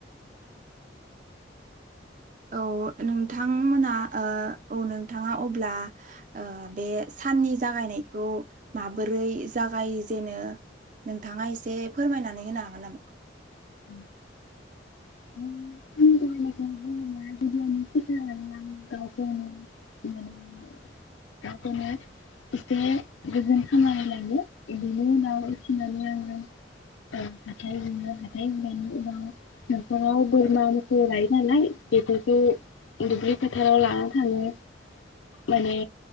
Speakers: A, on the right; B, on the left.
A: औ नोंथांमोना ओ औ नोंथाङा अब्ला ओ बे साननि जागायनायखौ माबोरै जागायजेनो नोंथाङा एसे फोरमायनानै होनो हागोन नामा?
B: <inaudible> सिखायनानै आं गावखौनो माने गावखौनो एसे गोजोन खालामनानै लायो बेनि उनाव फिनानै आङो ओ हाथाय हुयो हाथाय हुनायनि उनाव न'खराव बोरमा मोसौ लायो नालाय बेफोरखौ दुब्लि फोथाराव लाना थाङो माने